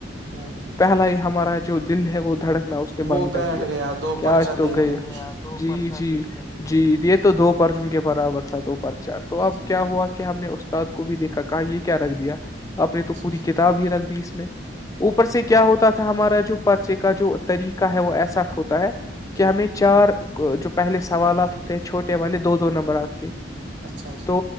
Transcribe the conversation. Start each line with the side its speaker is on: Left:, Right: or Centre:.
Right: ہاں جی
Left: پہلا ہی ہمارا جو دن ہے وہ دھڑک اس نے
Right: وہ
Left: بند
Right: بیٹھ
Left: کر دیا
Right: گیا دو
Left: کیا
Right: پرچہ
Left: آج تو
Right: دے
Left: گئے
Right: کر ہی
Left: جی جی جی جی یہ تو دو پرچوں کے برابر تھا تو پرچار تو اب
Right: جی
Left: کیا
Right: جی
Left: ہوا کہ ہم نے استاد کو بھی دیکھا کہ یہ کیا رکھ دیا آپ نے تو پوری
Right: جی
Left: کتاب ہی رکھ دی اس میں اوپر سے کیا ہوتا تھا ہمارا جو پرچے کا جو طریقہ ہے وہ ایساٹ ہوتا ہے کہ
Right: جی
Left: ہمیں چار جو پہلے سوالات ہوتے ہیں چھوٹے والے دو دو نمبرات کے
Right: اچھا جی
Left: تو